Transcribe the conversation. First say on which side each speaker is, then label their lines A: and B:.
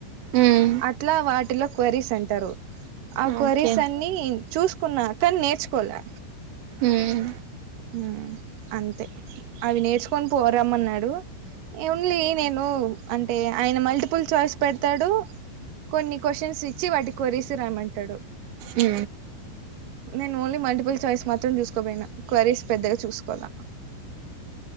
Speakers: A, on the right; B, on the right.
A: ఉమ్
B: అట్లా వాటిలో క్వరీస్ అంటారు ఆ క్వరీస్
A: ఓకే
B: అన్ని చూసుకున్నా కానీ నేర్చుకోలే
A: ఉమ్
B: మ్ అంతే అవి నేర్చుకొని పోరమన్నాడు ఓన్లీ నేను అంటే ఆయన మల్టిపుల్ చాయిస్ పెడుతాడు కొన్ని క్వశ్చన్స్ ఇచ్చి వాటికి కోరిస్ రాయమంటాడు
A: మ్
B: నేను ఓన్లీ మల్టిపుల్ చాయిస్ మాత్రం చూసుకపోయినా క్వరీస్ పెద్దగా చూసుకోవాలా